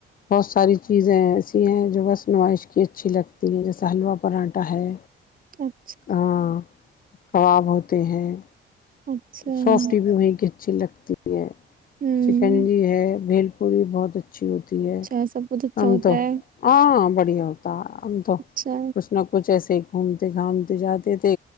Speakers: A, on the left; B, on the right.
A: بہت ساری چیزیں ایسی ہیں جو بس نمائش کی اچھی لگتی ہے جیسے حلوہ پراٹھا ہے
B: اچھا <unintelligible>
A: ہاں کباب ہوتے ہیں
B: اچھا
A: سافٹ بھی ہویں ک اچھی لگتی ہے
B: ہوں
A: سکنجی ہے بھیل پوری بت اچھی ہوتی ہے
B: اچھا سب کچھ اچھا
A: ہم
B: ہوتا
A: تو
B: ہے
A: ہاں ب پڑی ہوتا ہم تو
B: اچھا
A: کچھ نہ کچھ ایسے گھومتے گھامتے جاتے تھے